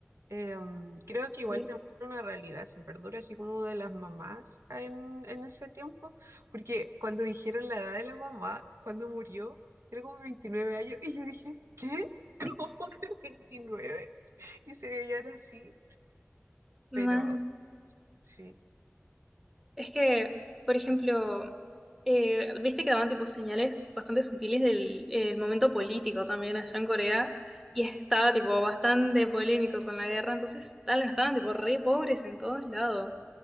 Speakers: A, on the right; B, in the centre.
A: Eh, mm, creo que igual
B: Sí,
A: te muestra una realidad súper dura, así como de las mamás en, en ese tiempo, porque cuando dijeron la edad de la mamá, cuando murió, era como 29 años, y yo dije, ¿qué? <laughs>
B: sí,
A: ¿Cómo que 29? Y se veían así,
B: mal.
A: pero sí,
B: Es que, por ejemplo, eh, viste que daban tipo señales bastante sutiles del el momento político también allá en Corea
A: sí,
B: y estaba tipo bastante polémico con la guerra, entonces tal, estaban tipo re pobres en todos lados,